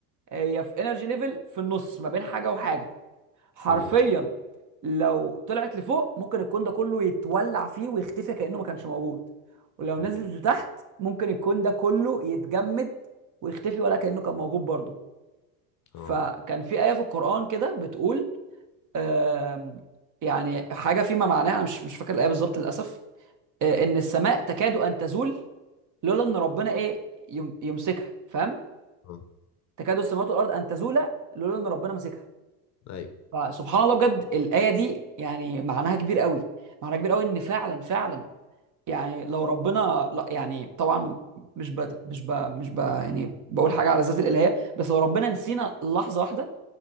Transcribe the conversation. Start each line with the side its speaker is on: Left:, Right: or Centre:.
Right: هي في انرجي ليفل في النص ما بين حاجه وحاجه حرفيا
Left: امم
Right: لو طلعت لفوق ممكن الكون ده كله يتولع فيه ويختفي كانه ما كانش موجود ولو
Left: اوكي
Right: نزلت لتحت ممكن الكون ده كله يتجمد ويختفي ولا كانه كان موجود برضه فكان
Left: اه
Right: في ايه في القران كده بتقول آم، يعني حاجه فيما معناها أنا مش مش فاكر الايه بالظبط للاسف آه، ان السماء تكاد ان تزول لولا ان ربنا ايه يم- يمسكها فاهم
Left: اه
Right: تكاد السماوات والارض ان تزولا لولا ان ربنا مسكها
Left: ايوه
Right: فسبحان الله بجد الايه دي يعني معناها كبير قوي معناها كبير قوي ان فعلا فعلا يعني لو ربنا لا يعني طبعا مش ب... مش ب... مش ب... يعني بقول حاجه على ذات الالهيه بس لو ربنا نسينا لحظه واحده